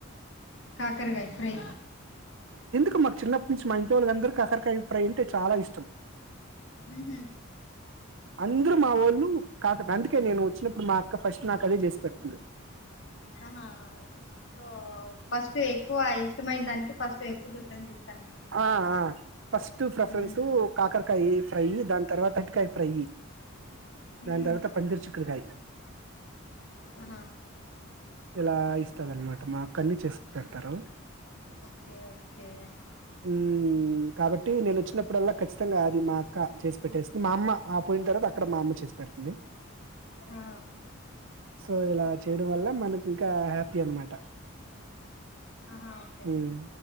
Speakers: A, on the left (about 55°); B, on the right (about 60°).
A: కాకరకాయ ఫ్రై
B: క మకు చిన్నప్పటి నుంచి మా ఇంటి వాళ్ళ అందరూ కకరకాయ ఫ్రై అంటే చాలా ఇష్టం
A: ఉహు
B: అందరు మా ఓళ్ళు కాకండ అందుకే నేను వచ్చినప్పుడు మా అక్క ఫస్ట్ నాకు అదే చేసి పెడుతుంది
A: ఆహా సో ఫస్ట్ ఎక్కువ ఇష్టమైన దానికె ఫస్ట్ ఎక్కువ ప్రిఫరెన్స్ ఇస్తు
B: ఆ ఆ ఫస్ట్ ప్రిఫరెన్సు
A: ఉమ్
B: కాకరకాయ ఫ్రై చేద్దాం తర్వాత అటికాయ ఫ్రై దాని
A: ఉమ్
B: తరువాత పందురి చికుడుకాయ్
A: ఆహా
B: ఇలా ఇస్తదన్నమాట మా అక్క అన్ని చేసి పెడతారు
A: ఓకే ఓకే
B: మ్ కాబట్టి నేను వచ్చినప్పుడల్లా ఖచ్చితంగా అది మా అక్క చేసి పెట్టేస్తది మా అమ్మ పోయిం తర్వాత అక్కడ మా అమ్మ చేసి పెడుతుంది
A: ఆ
B: సో ఇలా చేయడం వల్ల మనకింకా హ్యాపీ అనమాట
A: అహా ఓకే
B: మ్మ్